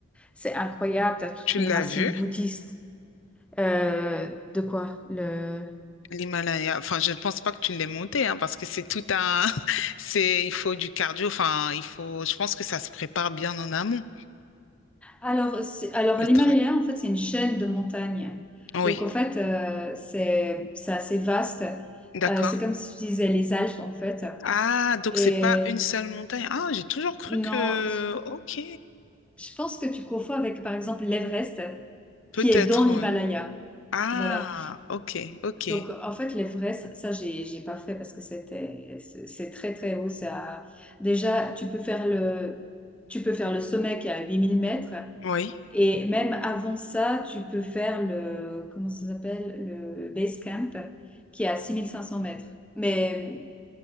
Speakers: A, in the centre; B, on the left.
A: c'est incroyable, tu as toute
B: Tu
A: une
B: l'as
A: racine
B: vu,
A: bouddhiste. Euh, de quoi le...
B: l'Himalaya. Enfin, je ne pense pas que tu l'aies monté, hein, parce que c'est tout un... <laughs> c'est, il faut du cardio. Enfin, il faut... Je pense que ça se prépare bien en amont,
A: Alors, c'est- alors
B: le
A: l'Himalaya,
B: track.
A: en fait, c'est une chaîne de montagnes.
B: Oui,
A: Donc, en fait, euh, c'est c'est assez vaste.
B: d'accord.
A: Euh, c'est comme si tu disais les Alpes, en fait.
B: Ah, donc
A: Et
B: c'est pas une seule montagne. Ah, j'ai toujours cru que...
A: non, je
B: Ok.
A: je pense que tu confonds avec, par exemple, l'Everest,
B: Peut-être,
A: qui est dans l'Himalaya.
B: oui. Ah,
A: Voilà.
B: ok, ok.
A: Donc, en fait, l'Everest, ça, j'ai, j'ai pas fait parce que c'était, c'est c'est très, très haut. Ça... Déjà, tu peux faire le, tu peux faire le sommet qui est à 8000 mètres.
B: Oui,
A: Et même avant ça, tu peux faire le, comment ça s'appelle, le base camp qui est à 6500 mètres. Mais,